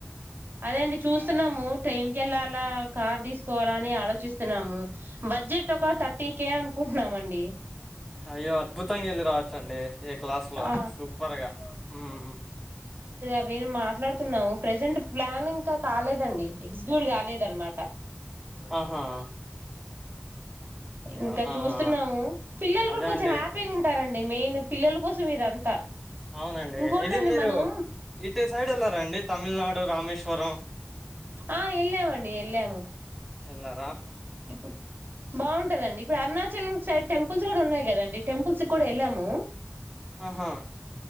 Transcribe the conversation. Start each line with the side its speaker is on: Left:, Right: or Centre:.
Right: అదేండి చూస్తున్నాము. ట్రైన్ కె వెళ్ళాలా కార్ తీసుకోవాలా అని ఆలోచిస్తున్నాము. బడ్జెట్ ఒక థర్టీ కే అనుకుంటున్నామండి.
Centre: అయ్యో అద్భుతంగా వెళ్ళి రావచ్చండి. ఏ క్లాస్ ల్ల
Right: ఆ
Centre: సూపర్గా ఉహ్మ్
Right: రే మాట్లాడుతున్నాము. ప్రెజెంట్ ప్లాన్ ఇంకా కాలేదండి ఎగ్జిక్యూట్ కాలేదనమాట
Centre: ఆహా అయ్యో!
Right: ఇంకా
Centre: ఆ!
Right: చూస్తున్నాము
Centre: ఆ!
Right: పిల్లలు
Centre: అదే
Right: కూడా కొంచెం
Centre: అండి.
Right: హ్యాపీగా ఉంటారంండి. మెయిన్ పిల్లల కోసం ఇదంతా
Centre: అవునండి
Right: ఇంకోటండి
Centre: ఇది మీరు
Right: మనం
Centre: ఇటు సైడ్ వెళ్లారాండి. తమిళనాడ్ రామేశ్వరం.
Right: ఆ ఎల్లమండి ఎల్లము
Centre: అలా
Right: ఇప్పుడు బాగుంటదండి ఇప్పుడు అరుణాచల్ం సైడ్ టెంపుల్ టెంపుల్స్ కూడా ఉన్నాయి కదండి టెంపుల్స్ కూడా వెళ్ళాము
Centre: ఆహా